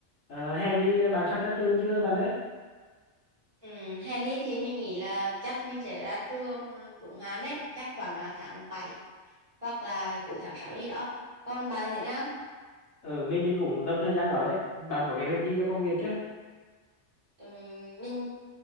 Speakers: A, on the left; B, on the right.
A: Ờ, hè đi bạn sắp ra trường chưa bạn ơi?
B: Ừ, hè này thì mình nghĩ là chắc mình sẽ ra trường à, đúng hạn đấy, chắc khoảng à, tháng 7 hoặc là cuối tháng 6 gì đó. Còn bạn thì thế nào?
A: Ờ mình mình cũng tầm thời gian đó đấy. Bạn có kế hoạch gì cho công việc chưa?
B: Ừm, mình